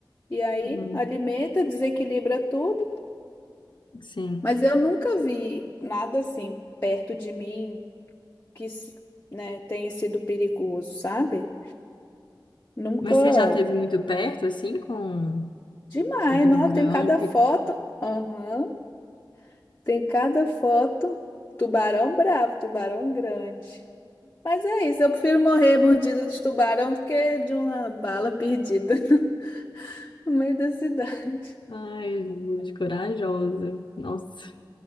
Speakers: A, on the left (about 30°); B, on the left (about 80°).
A: E aí
B: Hum,
A: alimenta, desequilibra tudo.
B: sim.
A: Mas eu nunca vi nada assim perto de mim que, se- né, tenha sido perigoso, sabe? Nunca.
B: Mas você já teve muito perto, assim, com
A: Demais,
B: com o tubarão?
A: não, tem cada
B: que-
A: foto. Aham. Tem cada foto, tubarão bravo, tubarão grande. Mas é isso, eu prefiro morrer mordida de tubarão do que de uma bala perdida <laughs> no meio da cidade.
B: Ai, gente, corajosa. Nossa,